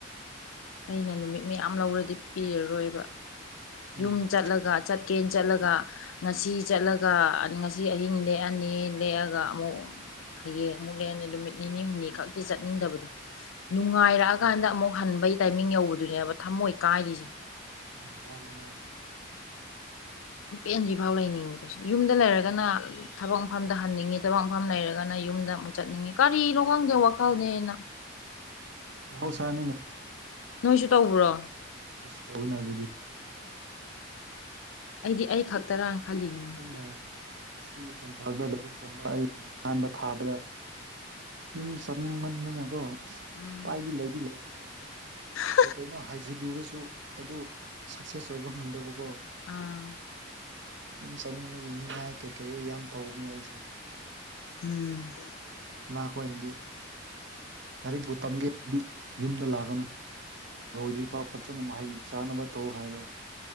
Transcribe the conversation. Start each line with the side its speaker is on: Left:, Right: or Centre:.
Left: ꯑꯩꯅ ꯅꯨꯃꯤꯠ ꯃꯌꯥꯝ ꯂꯧꯔꯗꯤ ꯄꯤꯔꯔꯣꯏꯕ ꯌꯨꯝ
Right: ꯎꯝ
Left: ꯆꯠꯂꯒ ꯆꯠꯀꯦꯅ ꯆꯠꯂꯒ ꯉꯁꯤ ꯆꯠꯂꯒ ꯉꯁꯤ ꯑꯍꯤꯡ ꯂꯦꯛꯑꯅꯤ ꯂꯦꯛꯑꯒ ꯑꯃꯨꯛ ꯍꯌꯦꯡ ꯑꯃꯨꯛꯂꯦꯅꯦ ꯅꯨꯃꯤꯠ ꯅꯤꯅꯤ ꯍꯨꯝꯅꯤ ꯈꯛꯇꯤ ꯆꯠꯅꯤꯡꯗꯕꯗꯣ ꯅꯨꯡꯉꯥꯏꯔꯛꯑꯀꯥꯟꯗ ꯑꯃꯨꯛ ꯍꯟꯕꯩ ꯇꯥꯏꯃꯤꯡ ꯌꯧꯕꯗꯨꯅꯦꯕ ꯊꯝꯃꯣꯏ ꯀꯥꯏꯔꯤꯁꯦ
Right: ꯃꯥꯅꯦ ꯃꯥꯅꯦ
Left: ꯄꯦꯟꯗ꯭ꯔꯤꯐꯥꯎ ꯂꯩꯅꯤꯡꯕꯗꯁꯨ ꯌꯨꯝꯗ ꯂꯩꯔꯒꯅ ꯊꯕꯛ ꯃꯐꯝꯗ ꯍꯟꯅꯤꯡꯉꯤ ꯊꯕꯛ ꯃꯐꯝ ꯂꯩꯔꯒꯅ ꯌꯨꯝꯗ ꯑꯃꯨꯛ ꯆꯠꯅꯤꯡꯉꯤ ꯀꯔꯤꯅꯣ ꯈꯪꯗꯦ ꯋꯥꯈꯜꯅꯦꯅ <inaudible>
Right: ꯃꯧꯁꯥꯅꯤ ꯃ
Left: ꯅꯣꯏꯁꯨ ꯇꯧꯕ꯭ꯔꯣ
Right: ꯑꯁ ꯇꯧꯅ ꯑꯗꯨꯗꯤ
Left: ꯑꯩꯗꯤ ꯑꯩ ꯈꯛꯇꯔꯥꯅ ꯈꯜꯂꯤꯅꯤꯅꯦ
Right: ꯑ ꯁꯤ ꯇꯝꯄꯥꯛꯇ ꯂꯥꯏꯔꯤꯛ ꯇꯝꯕ ꯑꯩꯅ ꯑꯍꯥꯟꯕ ꯊꯥꯕꯗ ꯌꯨꯝ ꯆꯥꯅꯤꯡꯃꯟꯗꯅꯀꯣ ꯑꯁ
Left: ꯎꯝ
Right: ꯄꯥꯏꯗꯤ ꯂꯩꯗꯤ ꯂꯩꯇꯕ
Left: <inaudible>
Right: ꯀꯩ ꯀꯩꯅꯣ ꯍꯥꯏꯖꯤꯜꯂꯨꯔꯁꯨ ꯑꯗꯨ ꯁꯛꯁꯦꯁ ꯑꯣꯏꯕ ꯉꯝꯗꯕꯀꯣ
Left: ꯑꯥ
Right: ꯌꯨꯝ ꯆꯠꯅꯤꯡꯕꯒꯤ ꯅꯤꯡꯉꯥꯏ ꯀꯩꯀꯩ ꯑꯣꯏ ꯌꯥꯝ ꯇꯧꯕꯅꯦ ꯑꯩꯁꯦ
Left: ꯎꯝ
Right: ꯃꯈꯈꯣꯏꯅꯗꯤ ꯀꯔꯤꯛꯕꯨꯨ ꯇꯝꯒꯦ ꯌꯨꯝꯗ ꯂꯥꯛꯒꯅꯨ꯫ ꯂꯣꯏꯗ꯭ꯔꯤꯐꯥꯎ ꯐꯖꯅ ꯃꯍꯩ ꯆꯥꯅꯕ ꯇꯧ ꯍꯥꯏꯕ꯫